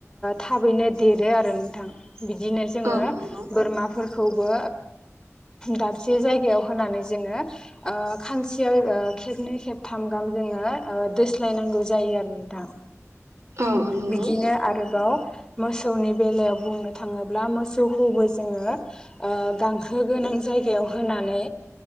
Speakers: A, in the centre; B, on the right.
A: थाबैनो देरो आरो नोंथां बिदिनो जोङो
B: औ नंगौ
A: बोरमा खौबो दाबसे जायगायाव होनानै जोङो खानसेयाव खेबनै खेबथाम जन ज नों
B: औ औ नंगौ
A: बिदिनो आरोबाव मोसौनि बेलायाव बुंनो थाङोब्ला मोसौखौबो जोङो गांसो गोनां जायगायाव होनानै